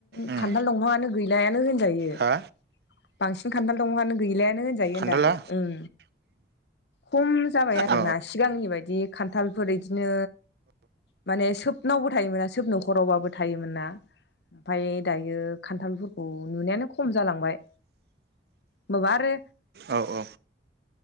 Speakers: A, on the left; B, on the right.
A: बांसिन
B: उम
A: खान्थाल दंफाङानो गैलायानो होनजायो
B: हा
A: बांसिन खान्थाल दंफाङानो गैलाया नों होनजायो
B: खान्थाला
A: ओनदां उम कम जाबाय आरो
B: औ
A: सिगांनि बायदि खान्थालफोरि इदिनो माने सोबनावबो थायोमोना सोब न'खरावबाबो थायोमोन ना ओमफाय दायो खान्थालफोरखौ नुनायानो खम जालांबाय होमबाबो आरो
B: औ औ